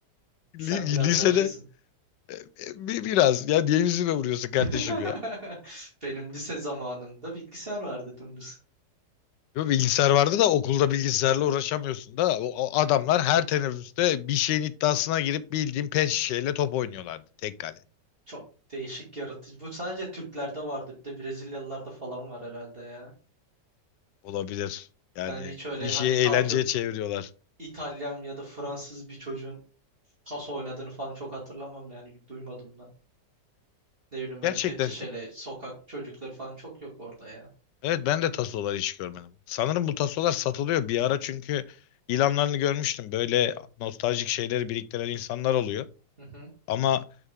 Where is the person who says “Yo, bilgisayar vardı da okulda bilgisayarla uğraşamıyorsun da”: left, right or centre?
Left